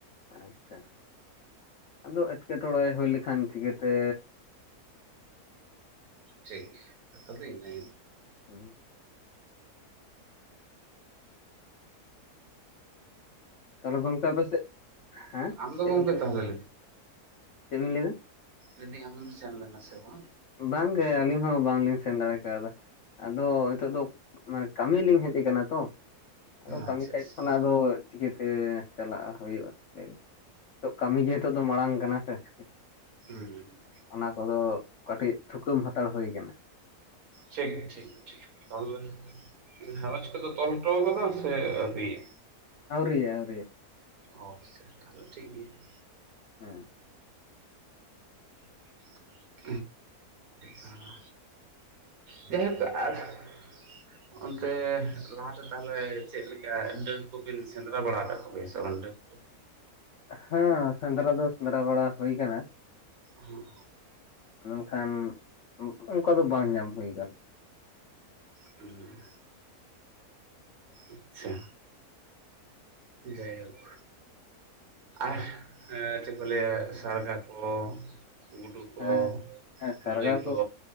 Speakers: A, on the left; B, on the right.
A: ᱟᱪᱪᱷᱟ ᱟᱫᱚ ᱮᱴᱠᱮᱴᱚᱬᱮ ᱦᱩᱭ ᱞᱮᱠᱷᱟᱱ ᱪᱤᱠᱟᱹ ᱛᱮᱼᱼ
B: ᱴᱷᱤᱠ ᱠᱟᱛᱷᱟ ᱫᱚ ᱤᱱᱟᱼᱼ
A: <unintelligible> ᱛᱟᱦᱚᱞᱮ ᱜᱚᱢᱠᱮ ᱟᱯᱮ ᱥᱮᱫ ᱦᱮᱸ
B: ᱟᱢ ᱫᱚ
A: ᱪᱮᱫ
B: ᱜᱚᱢᱠᱮ
A: ᱵᱮᱤᱱ ᱞᱟᱹᱭᱫᱟ
B: ᱛᱟᱦᱚᱞᱮ
A: ᱪᱮᱫ ᱵᱮᱤᱱ ᱞᱟᱹᱭᱫᱟ?
B: ᱞᱟᱹᱭᱮᱫᱤᱧ ᱟᱢ ᱦᱚᱢ ᱥᱮᱱ ᱞᱮᱱᱟ ᱥᱮ ᱵᱟᱝ?
A: ᱵᱟᱝ ᱜᱮ ᱟᱹᱞᱤᱧ ᱦᱚᱸ ᱵᱟᱝ ᱞᱤᱧ ᱥᱮᱱ ᱫᱟᱲᱮ ᱠᱟᱣᱫᱟ ᱾ ᱟᱫᱚ ᱱᱤᱛᱚᱜ ᱫᱚ ᱠᱟᱹᱢᱤ ᱞᱤᱧ ᱦᱮᱡ ᱟᱠᱟᱱᱟ ᱛᱚ ᱟᱫᱚ ᱠᱟᱹᱢᱤ
B: ᱟᱪᱪᱷᱟ
A: ᱥᱟᱭᱤᱰ
B: ᱟᱪᱪᱷᱟ
A: ᱠᱷᱚᱱᱟᱜ ᱟᱫᱚ ᱪᱤᱠᱟᱹ ᱛᱮ ᱪᱟᱞᱟᱜᱼᱟ ᱦᱩᱭᱩᱜᱼᱟ <unintelligible> ᱱᱤᱛᱚᱜ ᱠᱟᱹᱢᱤ ᱜᱮ ᱱᱤᱛᱚᱜ ᱫᱚ ᱢᱟᱲᱟᱝ ᱠᱟᱱᱟ ᱥᱮ ᱾
B: ᱦᱩᱸ ᱦᱩᱸ
A: ᱚᱱᱟ ᱠᱚᱫᱚ ᱠᱟᱹᱴᱤᱡ ᱛᱷᱩᱠᱩᱟᱹᱢ ᱦᱟᱛᱟᱲ ᱦᱩᱭ ᱟᱠᱟᱱᱟ ᱾
B: ᱴᱷᱤᱠ, ᱴᱷᱤᱠ, ᱴᱷᱤᱠ ᱛᱟᱦᱚᱞᱮ᱾ ᱜᱷᱟᱨᱚᱸᱡᱽ ᱠᱚ ᱫᱚ ᱛᱚᱞᱴᱚ ᱠᱟᱫᱟᱢ ᱥᱮ ᱟᱹᱣᱨᱤᱭᱟ ᱾
A: ᱟᱹᱣᱨᱤᱭᱟ-ᱟᱹᱣᱨᱤᱭᱟᱼᱼ
B: ᱚ ᱥᱮ ᱛᱟᱦᱞᱮ ᱴᱷᱤᱠ ᱜᱮᱭᱟ ᱾
A: ᱦᱮᱸ <inaudible>
B: ᱦᱳᱭᱳᱜ ᱠᱟᱱᱟ ᱱᱤᱭᱟᱹ ᱠᱟᱛᱷᱟ ᱡᱟᱭᱦᱳᱠ <inaudible> ᱚᱱᱛᱮ ᱞᱟᱦᱟ ᱛᱮ ᱛᱟᱦᱚᱞᱮ ᱪᱮᱫ ᱞᱮᱠᱟ ᱰᱟᱹᱱ ᱠᱚ ᱵᱤᱱ ᱥᱮᱸᱫᱽᱨᱟ ᱵᱟᱲᱟ ᱠᱟᱜ ᱠᱚ ᱜᱮᱭᱟ ᱥᱮ᱾ ᱛᱚ ᱚᱱᱰᱮ <unintelligible>
A: ᱦᱮᱸ ᱥᱮᱸᱫᱽᱨᱟ ᱫᱚ ᱥᱮᱸᱫᱽᱨᱟ ᱵᱟᱲᱟ ᱦᱩᱭ ᱟᱠᱟᱱᱟ ᱾
B: ᱦᱩᱸ
A: ᱢᱮᱱ ᱠᱷᱟᱱ ᱚᱱᱠᱟ ᱫᱚ ᱵᱟᱝ ᱧᱟᱢ ᱦᱩᱭ ᱟᱠᱟᱱᱟ ᱾
B: ᱦᱩᱸ ᱟᱪᱪᱷᱟ ᱡᱟᱭᱦᱩᱠᱼᱼ ᱟᱨ ᱮ ᱪᱮᱫ ᱠᱚ ᱞᱟᱹᱭᱟ ᱥᱟᱨᱜᱟ ᱠᱚ, ᱜᱩᱰᱩ ᱠᱚ,
A: ᱦᱮᱸ ᱦᱮᱸ
B: ᱠᱩᱞᱟᱹᱭ
A: ᱥᱟᱨᱜᱟ
B: ᱠᱚ,